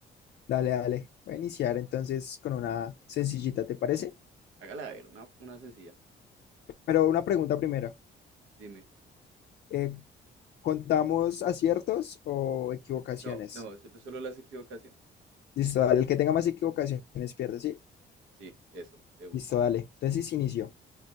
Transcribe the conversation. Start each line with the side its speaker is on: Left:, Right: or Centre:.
Left: Dale, dale. Voy a iniciar entonces con una sencillita, ¿te parece?
Right: Hágala ver, una, una sencilla.
Left: Pero una pregunta primero.
Right: Dime.
Left: Eh, ¿contamos aciertos o equivocaciones?
Right: No, no, solo, solo las equivocaciones.
Left: Listo, dale. El que tenga más equivocaciones pierde, ¿sí?
Right: Sí, eso, de una.
Left: Listo, dale. Entonces inicio.